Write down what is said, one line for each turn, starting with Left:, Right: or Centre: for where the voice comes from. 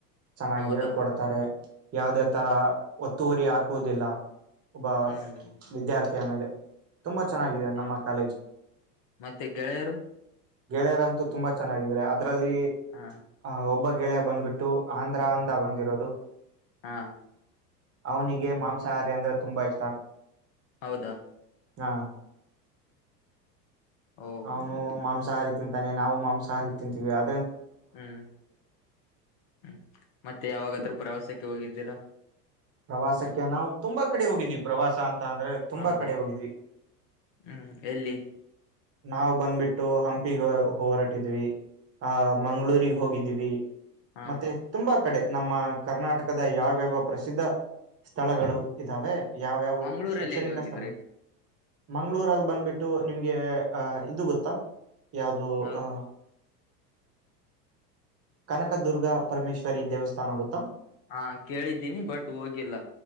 Right: ಚೆನ್ನಾಗಿ
Left: ಹೌದಾ
Right: ಹೇಳ್ಕೊಡ್ತಾರೆ ಯಾವವುದೇ ತರ ಒತ್ತುವರಿ ಹಾಕುವುದಿಲ್ಲ ಒಬ್ಬ
Left: ಹ್ಮ್
Right: ವಿದ್ಯಾರ್ಥಿಯ ಮೇಲೆ ತುಂಬಾ ಚೆನ್ನಾಗಿದೆ ನಮ್ಮ
Left: ಮತ್
Right: ಕಾಲೇಜ್
Left: ಮತ್ತೆ ಗೆಳೆಯರು
Right: ಗೆಳೆಯರ ಅಂತೂ ತುಂಬಾ ಚೆನ್ನಾಗಿದಿದ್ದಾರೆ ಅದ್ರಲ್ಲಿ
Left: ಹಾ
Right: ಆ ಒಬ್ಬ ಗೆಳೆಯ ಬಂದ್ಬಿಟ್ಟು ಆಂಧ್ರ ಅಂದ ಬಂದಿರೋದು
Left: ಹಾ
Right: ಅವನಿಗೆ ಮಾಂಸಾಹಾರಿ ಅಂದ್ರೆ ತುಂಬಾ ಇಷ್ಟ
Left: ಹೌದಾ
Right: ಹ
Left: ಓ
Right: ಅವನು
Left: ಹಂಗೆ
Right: ಮಾಂಸಾಹಾರಿ ತಿಂತಾನೆ ನಾವು ಮಾಂಸಾಹಾರಿ ತಿಂತೀವಿ ಅ
Left: ಹ್ಮ್ ಹ್ಮ್ ಮತ್ತೆ ಯಾವಾಗಾದ್ರು ಪ್ರವಾಸಕ್ಕೆ ಹೋಗಿದ್ದೀರಾ
Right: ಪ್ರವಾಸಕ್ಕೆ ನಾವು ತುಂಬಾ ಕಡೆ ಹೋಗಿದ್ದೀವಿ ಪ್ರವಾಸ ತಂದ್ರೆ ತುಂಬಾ
Left: ಹೌದಾ
Right: ಕಡೆ ಹೋಗಿದ್ವಿ
Left: ಹ್ಮ್ ಎಲ್ಲಿ
Right: ನಾವು ಬಂದ್ಬಿಟ್ಟು ಹಂಪಿಗೆ ಹೊರಾಟಿದ್ವಿ ಆ ಮಂಗ್ಗಳೂರಿಗೆ ಹೋಗಿದ್ದೀವಿ
Left: ಹಾ
Right: ಮತ್ತೆ ತುಂಬಾ ಕಡೆ ನಮ್ಮ ಕರ್ನಾಟಕದ ಯಾವ್ಯಾವ ಪ್ರಸಿದ್ಧ ಸ್ಥಳಗಳು ಇದ್ದಾವೆ ಯಾವ ಯಾವ
Left: ಮಂಗ್ಗಳೂರಲ್ಲಿ
Right: ಶೈಕ್ಷಣಿಕ
Left: ಎಲ್ಲಿ ಹೋಗಿದ್ರಿ
Right: ಸ್ಥಾನದಲ್ಲಿ ಮಂಗ್ಗಳೂರಲ್ಲಿ ಬಂದ್ಬಿಟ್ಟು ನಿಮ್ಗೆ ಅಹ ಇದು ಗೊತ್ತಾ ಯಾವ್ದ
Left: ಹೌದು
Right: ಅಹ ಕನಕದುರ್ಗ ಪರಮೇಶ್ವರಿ ದೇವಸ್ಥಾನ ಗೊತ್ತಾ
Left: ಹಾ ಕೇಳಿದ್ದೀನಿ ಬಟ್ ಹೋಗಿಲ್ಲ